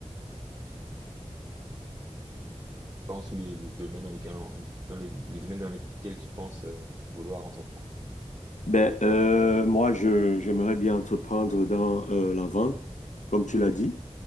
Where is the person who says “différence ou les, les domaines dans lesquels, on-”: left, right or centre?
Right